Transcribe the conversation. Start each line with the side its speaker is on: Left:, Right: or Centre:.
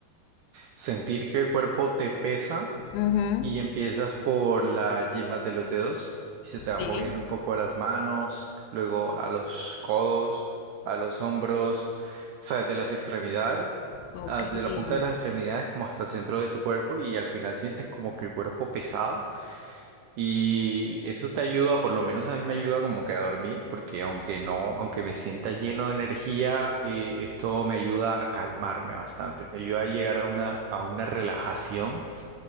Right: sentir que el cuerpo te pesa
Left: Ujú,
Right: y empiezas por las yemas de los dedos y se te va
Left: Sí,
Right: moviendo un poco a las manos, luego a los codos, a los hombros, o sea, desde las extremidades,
Left: ok.
Right: ah, desde la punta de las extremidades como hasta el centro de tu cuerpo y al final sientes como que el cuerpo pesado y eso te ayuda, por lo menos a mí me ayuda como que a dormir, porque aunque no, aunque me sienta lleno de energía, eh, esto me ayuda a calmarme bastante, me ayuda a llegar a una, a una relajación